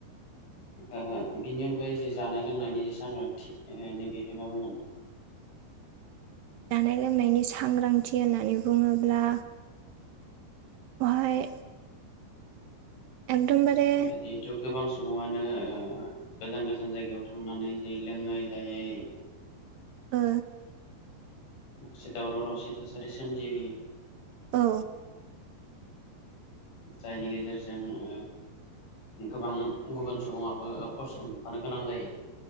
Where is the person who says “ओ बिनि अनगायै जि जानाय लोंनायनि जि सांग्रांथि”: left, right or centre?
Left